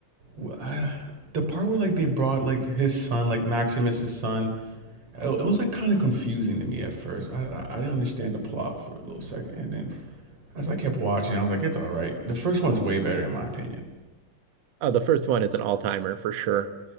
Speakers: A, on the right (about 45°); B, on the right (about 60°).
A: wh- I, the part where like they brought like his son like Maximus's son it it was like kind of confusing to me at first. I, I I didn't understand the plot for a little second, and then As I kept watching, I was like, it's all right. The first one's way better in my opinion.
B: Oh, the first one is an all-timer for sure.